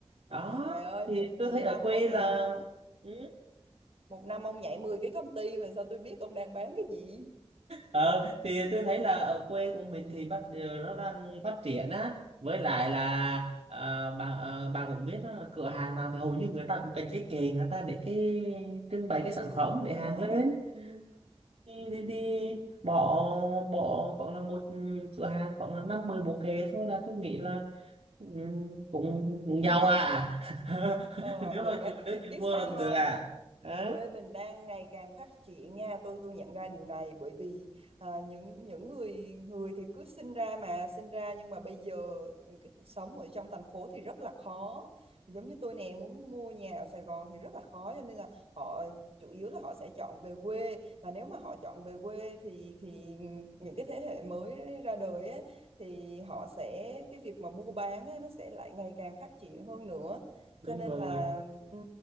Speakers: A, on the right; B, on the right.
A: đó
B: Trời ơi,
A: thì
B: một
A: tôi
B: một
A: thấy ở
B: năm
A: quê
B: ông
A: là
B: nhảy
A: ừ,
B: một năm ông nhảy 10 cái công ty mà sao tôi biết ông đang bán cái gì?
A: ờ, thì tôi thấy là ở quê của mình thì bắt giờ nó đang phát triển á với lại là à, bà à, bà cũng biết đó là cửa hàng nào thì hầu như người ta cũng cần cái kệ người ta để cái trưng bày
B: Ê,
A: cái sản
B: được
A: phẩm để
B: á.
A: hàng lên
B: Ừ.
A: đi đi đi bỏ bỏ khoảng là một cửa hàng khoảng là năm mười bộ kệ thôi là tôi nghĩ là ừm, cũng, cũng
B: Ừ.
A: giàu à <laughs>
B: Ờ,
A: nếu
B: được
A: mà
B: đấy.
A: chịu đứa chịu
B: Biết
A: mua
B: sao
A: là cũng
B: không?
A: được à Hả?
B: quê mình đang ngày càng phát triển nha tôi tôi nhận ra điều này bởi vì à, những những người người thì cứ sinh ra mà sinh ra nhưng mà bây giờ cái cuộc sống ở trong thành phố thì rất là khó giống như tôi nè muốn mua nhà ở Sài Gòn thì rất là khó cho nên là họ chủ yếu là họ sẽ chọn về quê và nếu mà họ chọn về quê thì thì những cái thế hệ mới ra đời á, thì họ sẽ cái việc mà mua bán á, nó sẽ lại ngày càng phát triển hơn nữa
A: đúng
B: cho nên
A: rồi
B: là Ừ,